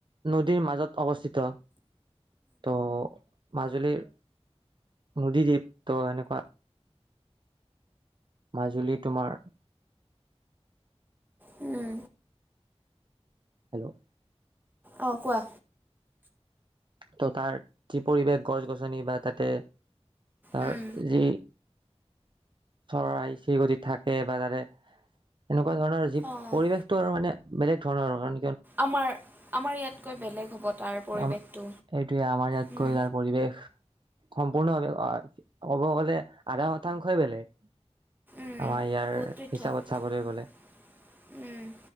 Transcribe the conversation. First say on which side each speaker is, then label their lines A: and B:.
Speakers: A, on the right; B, on the right.
A: নদীৰ মাজত অৱস্থিত ত' মাজুলীৰ নদীদ্বীপ ত এনেকুৱা মাজুলী তোমাৰ।
B: উম,
A: হেল্ল',
B: অ 'কোৱা।
A: ত' তাৰ যি পৰিৱেশ গছ গছনি বা তাতে তাৰ
B: উম
A: যি। চৰাই চিৰিকটি থাকে বা তাৰে এনেকুৱা। এনেকুৱা ধৰণৰ যি
B: অ
A: পৰিৱেশটো আৰু মানে। বেলেগ ধৰণৰ কাৰ
B: আমাৰ আমাৰ ইয়াতকৈ বেলেগ হ'ব তাৰ। পৰিৱেশটো
A: আমাৰ ইয়াত
B: উম
A: গৈ তাৰ পৰিৱেশ সম্পূৰ্ণভাৱে ক'ব গ'লে আধা শতাংশই বেলেগ।
B: বহুত
A: আমাৰ ইয়াৰ
B: পৃথক
A: হিচাপত চাবলৈ
B: উম
A: গ'লে